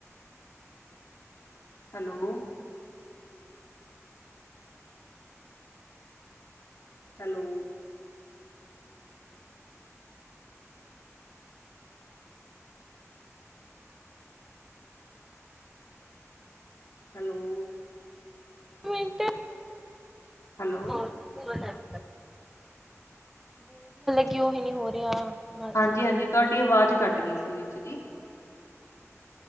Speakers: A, on the left (about 65°); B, in the centre.
A: ਹੈਲੋ। ਹੈਲੋ। ਹੈਲੋ।
B: ਮਿੰਟ ਹਾਂ।
A: ਹੈਲੋ
B: ਬਹੁਤ ਮਤਲਬ ਕਿ ਹੀ ਨੀ ਹੋ ਰਿਹਾ ਬਸ
A: ਹਾਂਜੀ ਹਾਂਜੀ ਤੁਹਾਡੀ ਆਵਾਜ਼ ਘੱਟ ਗਈ ਸੀ ਵਿੱਚ ਜੀ